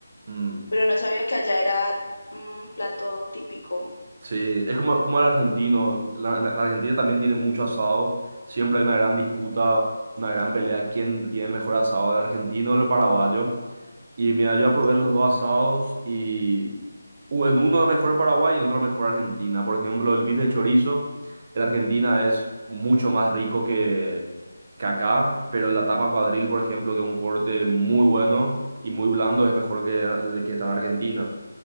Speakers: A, on the right; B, on the left.
A: Mm.
B: pero no sabía que allá era un plato típico.
A: Sí, es como, como el argentino. La, la- la Argentina también tiene mucho asado. Siempre hay una gran disputa, una gran pelea. ¿Quién tiene el mejor asado, el argentino o el paraguayo? Y mira, yo probé los dos asados y u- en uno mejor Paraguay y en otro mejor Argentina. Por ejemplo, el bife de chorizo en Argentina es mucho más rico que, que acá, pero la tapa cuadril, por ejemplo, que es un corte muy bueno y muy blando, es mejor que el que está en Argentina